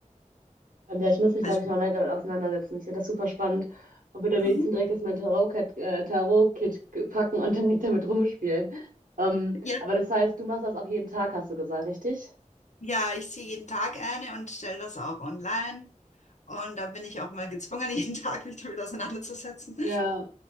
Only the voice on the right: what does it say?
Und ja, ich muss mich,
glaube ich, mal mehr damit auseinandersetzen. Ich finde das super spannend und würde am liebsten
direkt aus meinem Tarot-Kit äh, Tarot-Kit packen und dann direkt damit rumspielen. Ähm,
aber das heißt, du machst das auch jeden Tag, hast du gesagt, richtig?
Ja.